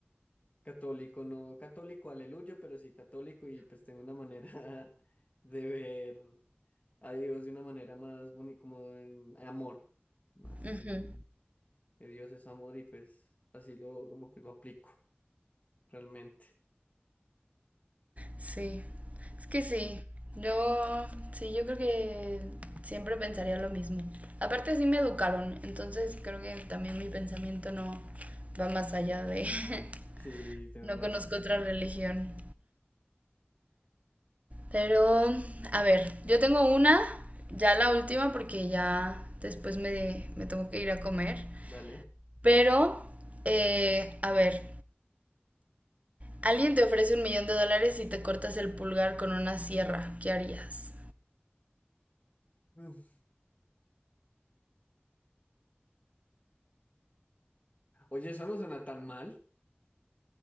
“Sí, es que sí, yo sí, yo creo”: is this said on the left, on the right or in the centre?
Right